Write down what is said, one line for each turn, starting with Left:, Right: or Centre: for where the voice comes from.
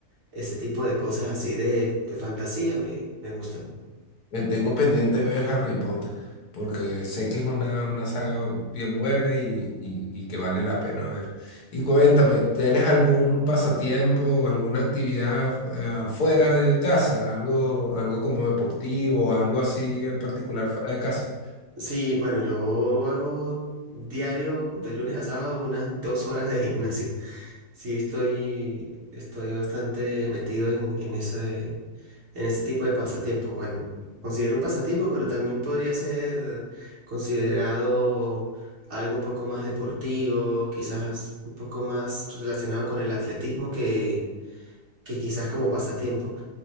Right: Ese tipo de cosas así de, de fantasía me, me gustan.
Left: Eh, Tengo pendiente ver Harry Potter, porque sé que es una, una saga bien buena y, y- y que vale la pena ver. Y cuéntame, ¿tienes algún pasatiempo o alguna actividad eh, fuera de casa? ¿Algo, algo como deportivo o algo así en particular fuera de casa?
Right: Sí, bueno, yo hago diario de lunes a sábado unas dos horas de gimnasio. <laughs> Sí, estoy, estoy bastante metido en, en ese, en ese tipo de pasatiempos. Bueno, considero un pasatiempo, pero también podría ser considerado algo un poco más deportivo, quizás un poco más relacionado con el atletismo que, que quizás como pasatiempo.